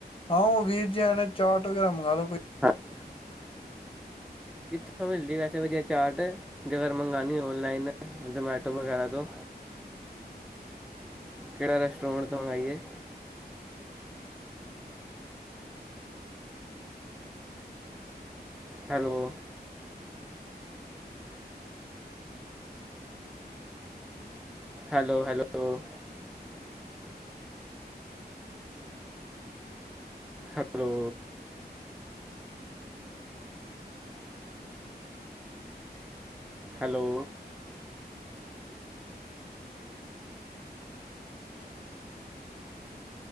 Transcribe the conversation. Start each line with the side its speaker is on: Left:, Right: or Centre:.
Left: ਹਾਂ ਉਹ ਵੀਰ ਜੀ ਆਏਨੇ ਚਾਟ ਵਗੈਰਾ ਮੰਗਵਾ ਲੋ ਕੋਈ।
Centre: ਹਾਂ। ਕਿੱਥੋਂ ਮਿਲਦੀ ਵੈਸੇ ਵਧੀਆ ਚਾਟ? ਜੇਗਰ ਮੰਗਾਂਉਣੀ ਔਨਲਾਈਨ ਜ਼ਮੈਟੋ ਵਗੈਰਾ ਤੋਂ ਕਿਹੜਾ ਰੈਸਟੋਰੈਂਟ ਤੋਂ ਮੰਗਵਾਈਏ। Hello? Hello, hello. Hello, hello,